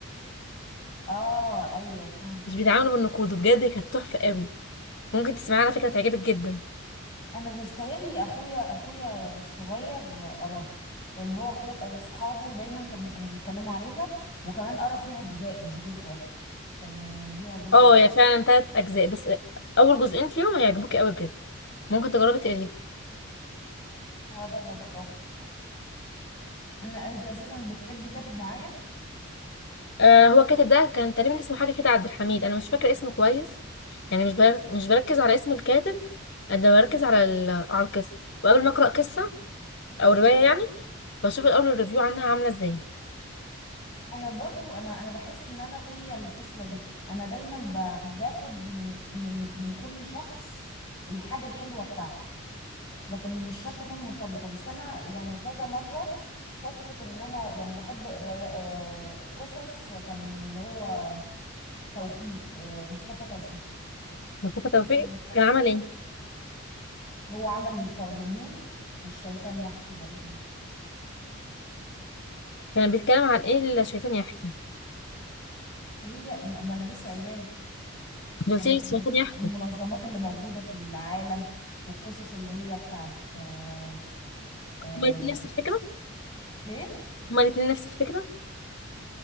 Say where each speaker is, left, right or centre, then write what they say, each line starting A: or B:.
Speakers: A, on the left (about 20°); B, on the left (about 50°).
A: اه ايوه فهمت
B: مش بيتعاملوا بالنقود وبجد كانت تحفه قوي ممكن تسمعها على فكرة تعجبك جدا
A: انا بيستاهلي اخويا اخويا الصغير قراها لان هو اخو اصحابه دايما كانوا كانوا بيتكلموا عليها وكمان قرا فيها اجزاء مش جزء واحد كان ليها جزء
B: اه
A: كمان
B: هي فعلا تلات أجزاء بس أول جزئين فيهم هيعجبوك أوي بجد ممكن تجربي تقريهم
A: هجرب اقراها انا انت اساسا بتحبي كاتب معين
B: آه هو الكاتب ده كان تقريبا اسمه حاجة كده عبد الحميد أنا مش فاكرة اسمه كويس يعني مش بر... مش بركز على اسم الكاتب قد ما بركز على ال... على القصة وقبل ما أقرأ قصة أو رواية يعني بشوف الأول الريفيو عنها عاملة ازاي
A: انا برضو انا انا بحس ان انا فيا الخصله دي انا دايما ب... باخد من من من كل شخص الحاجه الحلوه بتاعته لكن مش شرط اكون مرتبطه بس انا يعني كذا مره صدفه ان انا يعني بحب الري... آه، قصص كان اللي هو توفيق آه، مصطفى توفيق
B: مصطفى توفيق
A: اسمه مصطفى
B: كان عمل ايه؟
A: هو عمل القادمون والشيطان يحكي برضو دي
B: كان بيتكلم عن ايه الشيطان يحكي
A: هي ما ما انا لسه قايله لك
B: دول
A: كانت
B: الشيطان
A: اللي هي
B: يحكوا
A: المنظمات اللي موجوده في العالم والقصص اللي هي بتاعت آه، آه،
B: هما الاتنين نفس الفكرة
A: قص- ليه
B: هما الاتنين نفس الفكرة